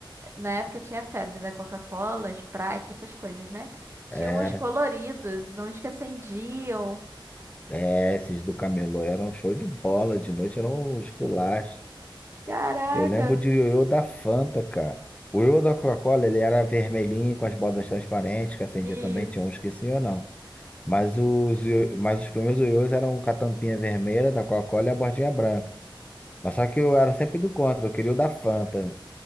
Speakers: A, on the right; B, on the left.
A: Na época tinha a febre da Coca-Cola, Sprite, essas coisas, né? Tinha
B: Era.
A: uns coloridos, uns que acendiam.
B: É, esses do Camelô eram show de bola, de noite eram os culaches.
A: Caraca,
B: Eu lembro de ioiô da Fanta, cara. O ioiô da Coca-Cola, ele era vermelhinho, com as bordas transparentes, que acendia
A: isso.
B: também, tinha uns que sim ou não. Mas os, io- mas os primeiros ioiôs eram com a tampinha vermelha da Coca-Cola e a bordinha branca. Mas só que eu era sempre do contra, eu queria o da Fanta.